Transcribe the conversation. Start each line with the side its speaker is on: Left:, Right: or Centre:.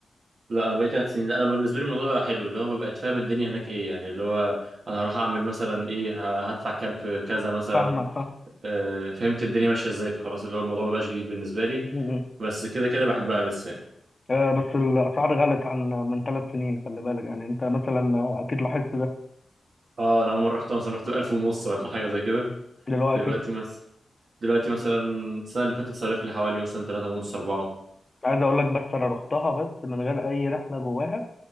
Right: لا انا بقيت ثلاث سنين لا انا بالنسبه لي الموضوع بقى حلو اللي هو ببقى فاهم الدنيا هناك ايه يعني اللي هو انا هروح اعمل مثلا ايه ه- هدفع كام في كذا مثلا
Left: فاهمك فاهم
Right: آه فهمت الدنيا ماشيه ازاي فخلاص اللي هو الموضوع مبقاش جديد بالنسبه لي
Left: م- م.
Right: بس كده كده بحبها لسه يعني.
Left: آه، بس الاسعار غلت عن من ثلاث سنين خلي بالك يعني انت مثلا آه، اكيد لاحظت ده
Right: اه انا اول مره رحتها مثلا رحت ب 1000 ونص ولا حاجه زي كده
Left: دلوقتي
Right: دلوقتي مثلا دلوقتي مثلا السنة اللي فاتت صرف لي حوالي مثلا تلاتة ونص أربعة
Left: عايز اقول لك بس انا رحتها بس من غير اي رحله جواها